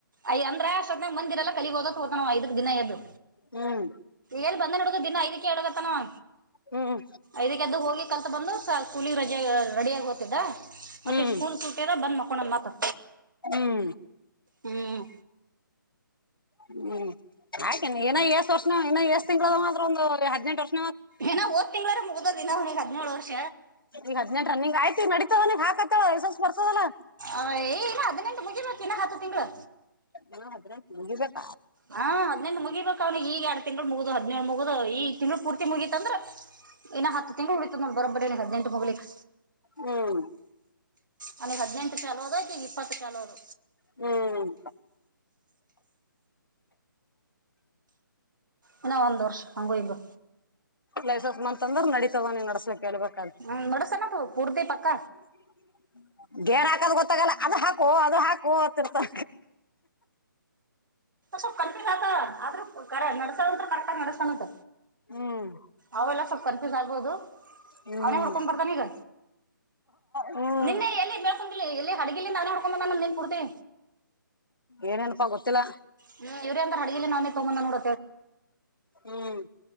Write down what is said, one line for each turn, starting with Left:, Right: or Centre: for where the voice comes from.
Right: ಅಯ ಅಂದ್ರೆ ಅಷ್ಟೋತ್ ನಾಗ ಮಂದಿರಲ್ಲ ಕಾಲಿಬೋಧು ಅಂತ ಹೋತನವ ಐದಕ್ ದಿನ ಎದ್ದು
Left: ಹ್ಮ್
Right: ಎಲ್ಲಿ ಬಂದ್ರ ನ <unintelligible> <unintelligible> ಕೇಡು ಕತ್ತನವಾ
Left: ಹ್ಮ್
Right: ಐದಕ್ಕೆ ಎಡ್ಡಿ ಹೋಗಿ ಕಲ್ತ ಬಂದು ಸ್ಕೂಲಿಗೆ ರಜೆ ರೆಡಿ ಆಗ ಹೋ್ತಿದ್ದ ಮತ್ತೆ
Left: ಹ್ಮ್
Right: ಸ್ಕೂಲ್ ಸೂಟೆಲ್ಲ ಬಂದ್ ಮಲ್ಕೊಂಡನಾ ಮತು
Left: ಹ್ಮ್
Right: ಹ್ಮ್
Left: ಹ್ಮ್ ಹಾಗ <unintelligible> ಏನ ಎಏಷ್ಟ ವರ್ಷ ಇನ್ನ ಎಏಷ್ಟ <unintelligible> ತಿಂಗಂಗಳ ಮಾತ್ರ ಒಂದು ಹದಿನೆಂಟು ವರ್ಷ
Right: ಏನಾ ಹೋದ್ ತಿಂಗಳಾರ ಮುಗ್ದದ ಇನ್ನ ಅವನಿಗೆ ಹದಿನೇಳು ವರ್ಷ
Left: ಈಗ ಹದ್ನೆಂಟ ರನ್ನಿಂಗ್ ಆಯ್ತಿ ನಡಿತದನಗ್ ಹಾಕತೇಳ ಲೈಸನ್ಸ್ ಬರ್ತದಲ್ಲ
Right: ಅವ ಏ ಇನ್ನ ಹದಿನೆಂಟು ಮುಗಿಬೇಕು ಇನ್ನ ಹತ್ತು ತಿಂಗಳು
Left: <unintelligible> ಹಾ ಅದ್ರ ನ
Right: ಹಾ ಹದಿನೆಂಟ್ ಮುಗಿಬೇಕ ಅವನಿಗೆ ಈಗ ಎರಡು ತಿಂಗಳು ಮುಗುದು <unintelligible> ಹದಿನೇಳು ಮುಗು ಹೋದ ಈ ತಿಂಗಳು ಪೂರ್ತಿ ಮುಗೀತಂದ್ರ ಇನ್ನ ಹತ್ತು ತಿಂಗಳು ಉಳಿತದ ನೋಡು ಬರೊಬರಿ ಅವನಿಗೆ ಹದ್ನೆಂಟು ಮುಗಿಲಕ್
Left: ಹ್ಮ್
Right: ಅವನಿಗ್ ಹದಿನೆಂಟು ಛಲೋ ಅದ ಅಕಿಗೆ ಇಪ್ಪತ್ತು ಚಲೋ ಅದ
Left: ಹ್ಮ್
Right: ಇನ್ನ ಒಂದ್ ವರ್ಷ ಹಂಗೂ ಇಂಗೋ
Left: ಲೈಸನ್ಸ್ ಬಂತಂದ್ರ ನಡತದ ನೀ ನಡಸ್ಲಿಕ್ ಎಲ್ಬೇಕಲ್ಲಿ
Right: ಹ್ಮ್ ನಡಸನತ್ ಪೂರ್ತಿ
Left: <unintelligible>
Right: ಪಕ್ಕ
Left: ಗೇರ ಹಾದು ಗೊತ್ತಾಗಲ್ಲ ಅದು ಹಾಕು ಅದು ಹಾಕು <unintelligible> ಅತ್ತರ್ತಾರ
Right: ಸ್ವಲ್ಪ ಕನ್ಫ್ಯೂಸ್ ಅದ ಆದ್ರೂ ಕರೆ <unintelligible> ನಡ <unintelligible> ಕರೆಕ್ಟ್ ನಡೆಸ್ತಾನಂತ
Left: ಹ್ಮ್
Right: ಅವೆಲ್ಲ ಸ್ವಲ್ಪ ಕನ್ಫ್ಯೂಸ್ ಆಗ್ಬಹುದು
Left: ಹ್ಮ್
Right: ಅವನೇ ಹೊಡ್ಕೊಂಡ್ ಬರ್ತಾನ ಈಗ
Left: ಹ್ಮ್
Right: ನಿನ್ನೆ <unintelligible> ಎಲ್ಲಿೇಳ್ <unintelligible> ಇಲ್ಲಿ ಹಡಗಲ್ಲಿ ಅವನೇ ಹೂಡ್ಕೊಂಡ ಬಂದವನೇ ನಿನ್ ಕುೂಡ್ತಿ
Left: ಏನೇನಪ ಗೊತ್ತಿಲ್ಲಾ
Right: ಹ್ಮ ಇವರೇ ಅಂದ್ರ ಅಡ್ಗಲಿ <unintelligible> ನಾವ ತಗೊಂಡ್ ಬಂದವ ನೋಡ
Left: ಹ್ಮ್